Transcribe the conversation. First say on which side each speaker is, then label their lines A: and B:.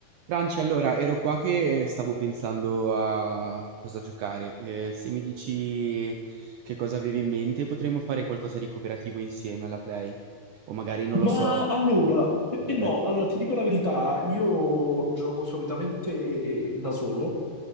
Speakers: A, on the right (about 80°); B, on the right (about 25°).
A: Franci, allora ero qua che eh, stavo pensando a cosa giocare. Eh, se mi dici che cosa avevi in mente, potremmo fare qualcosa di cooperativo insieme alla Play. O magari non lo
B: Ma
A: so,
B: allora,
A: con la
B: perché
A: computer.
B: no? Allora, ti dico la verità, io gioco solitamente da solo.